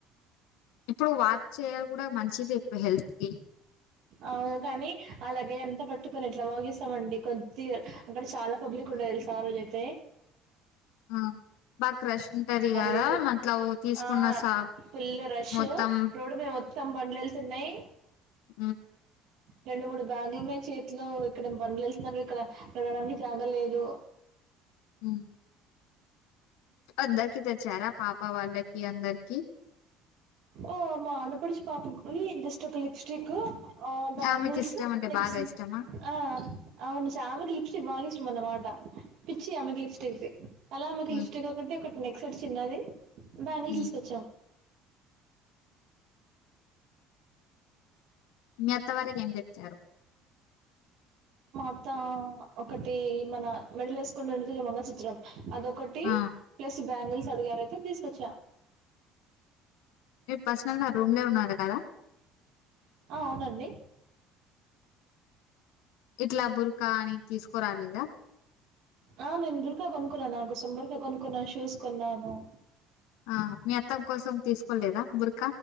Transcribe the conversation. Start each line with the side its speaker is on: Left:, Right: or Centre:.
Left: ఇప్పుడు వాక్ చేయాలి కూడా మంచిది ఇప్పుడు హెల్త్ కి
Right: అవును కాని ఆ లగేజఅంత పట్టుకొని ఎట్లా వాగిస్తామండి కొద్ది అక్కడ చాలా పబ్లిక్ ఉం తెలుసా ఆరోజైతే
Left: ఆ బా క్రష్ ఉంటది కదా
Right: లేదు
Left: మట్ల తీసుకున్న
Right: ఆ
Left: సా
Right: ఫుల్ రష్
Left: మొత్తం
Right: రోడ్డు మీదా మొత్తం బండ్లేతున్నాయ్
Left: మ్
Right: రెండు మూడు బ్యాగులు ఉన్నయ్ చేతిలో ఇక్కడ బండ్లేస్తున్నారు ఇక్కడ నడవడానికి జాగ లేదు
Left: మ్ అందరికి తెచ్చారా పాప వాళ్ళకి అందరికి
Right: ఓ మా ఆడపడుచు పాపకి జస్ట్ ఒక లిప్స్టిక్ ఆ బ్యాంగిల్స్
Left: ఆమెకి ఇష్టం అంటే
Right: నెక్స్ట్
Left: బాగా ఇష్టమా
Right: ఆ అవును శ్యామకి లిపీస్టిక్ బాగిస్ ష్టం అన్నమాట పిచ్చి ఆమెకి లిప్స్టిక్దిి అలా ఆమెకి
Left: హ్మ్.
Right: లిప్స్టిక్ ఒకటి ఒకటి నెక్ సేట్ చిన్నది బ్యాంగిల్స్
Left: హ్మ్.
Right: తీసుకొచ్చాం
Left: మీ అత్తవరికేం తెచ్చారు
Right: త్త ఒకటి మన మెడలేసుకున్నది మంగల్ సూత్రం అదొకటి
Left: ఆ
Right: ప్లస్ బ్యాంగిల్స్ అడిగారైతే అది తీసుకొచ్చా
Left: మీర్ పర్సనల్గా రూమ్లే ఉన్నారు గదా
Right: ఆ అవునండి
Left: ఇట్లా బుర్కా అనీ తీసుకోరాలేదా
Right: ఆ నేన్ బుర్కా కొనుకున్నా నాకోసం బుర్కా కొనుకున్నా శూస్ కొన్నాను
Left: ఆ మీ అత్తమ్మ కోసం తీసుకోలేదా బుర్